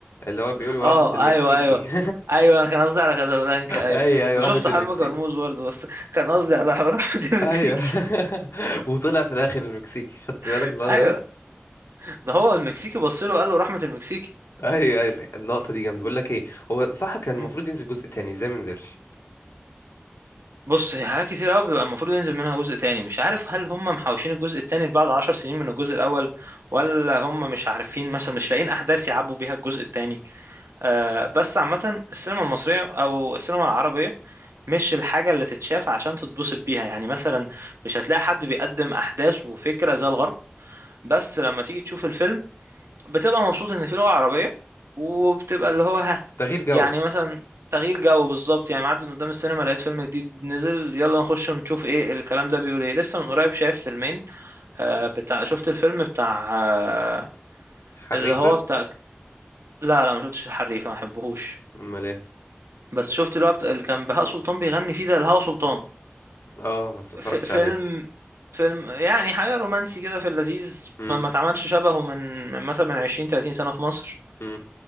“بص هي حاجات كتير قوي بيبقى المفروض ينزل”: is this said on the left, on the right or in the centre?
Right